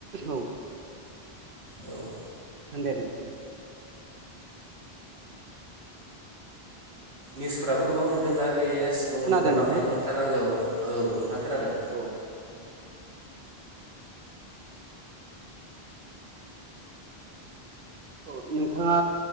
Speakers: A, on the right; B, on the right.
A: औ
B: औ
A: होनदे नोंथां
B: निउसफ्राबो गोबां नुदोंना बे सुबुं
A: खोनादों
B: अनजिमा
A: नोंथां
B: बांनायफोरखौ थानांगौ औ नोंथां खोनादों।
A: औ अ नोंथाङा